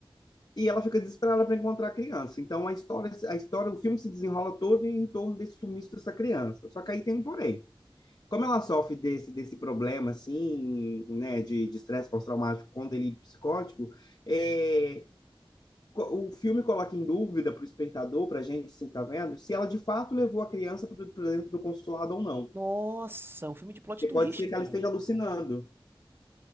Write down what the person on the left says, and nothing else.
e ela fica desesperada para encontrar a criança. Então, a história, a história, o filme se desenrola todo em torno desse sumiço dessa criança. Só que aí tem um porém. Como ela sofre desse, desse problema, assim, né, de de estresse pós-traumático com delírio psicótico, é, co- o filme coloca em dúvida para o espectador, para a gente, assim, que tá vendo, se ela de fato levou a criança para dentro do consulado ou não.
Porque
pode ser
que ela esteja alucinando,